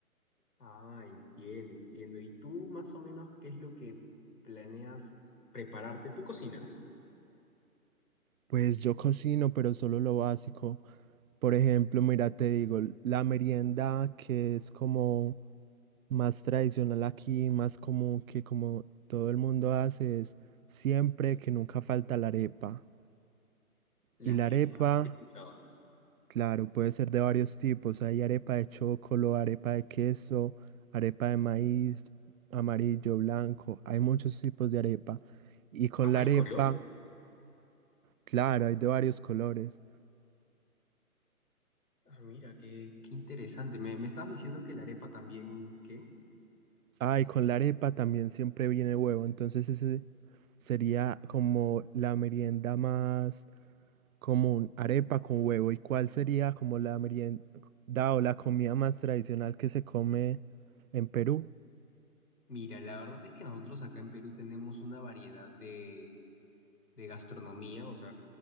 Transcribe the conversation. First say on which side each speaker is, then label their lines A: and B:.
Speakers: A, on the left; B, on the right.
A: Ah, entiendo, entiendo. ¿Y tú más o menos qué es lo que planeas prepararte? ¿Tú cocinas?
B: Pues yo cocino, pero solo lo básico. Por ejemplo, mira, te digo, la merienda que es como más tradicional aquí, más común que como todo el mundo hace, es siempre que nunca falta la arepa.
A: La
B: Y la
A: arepa,
B: arepa,
A: sí he escuchado.
B: claro, puede ser de varios tipos. Hay arepa de chocolo, arepa de queso, arepa de maíz, amarillo, blanco. Hay muchos tipos de arepa. Y con
A: Ah,
B: la
A: ¿Hay
B: arepa,
A: color?
B: claro, hay de varios colores.
A: Ah, mira, qué, qué interesante. Me, me estabas diciendo que la arepa también, ¿qué?
B: Ah, y con la arepa también siempre viene huevo, entonces ese sería como la merienda más común, arepa con huevo. ¿Y cuál sería como la merienda o la comida más tradicional que se come en Perú?
A: Mira, la verdad es que nosotros acá en Perú tenemos una variedad de, de gastronomía, o sea,